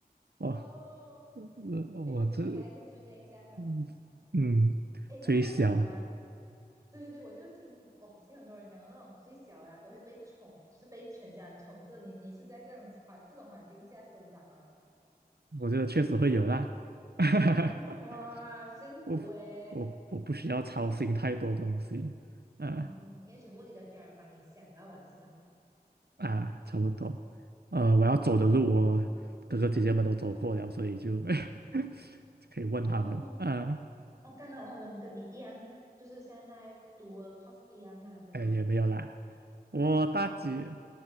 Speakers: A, on the right; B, on the right.
A: 哦，
B: 哦，呃，我这，
A: 结果你应该是最内向的。
B: 嗯嗯，
A: 哎，
B: 最小，
A: 会不会那种啊？对对对，我就是听哦，听很多人讲的那种最小的啊，都会被宠，就是被全家人宠着。你你是在这样环这种环境下生长的吗？
B: 我觉得确实会有啦。<laughs>
A: 嗯，哇，幸福诶。
B: 我我我不需要操心太多东西，啊
A: 嗯，因为全部你的家人帮你想要玩是吗？
B: 啊，差不多。呃，我要走的路，
A: 嗯，
B: 我哥哥姐姐们都走过了，所以就 <laughs> 就可以问他们。
A: 哦
B: 啊，
A: 哦，刚好他们跟你一样，就是现在读了 course 一样啊，是吗？
B: 哎，也没有啦。我大姐，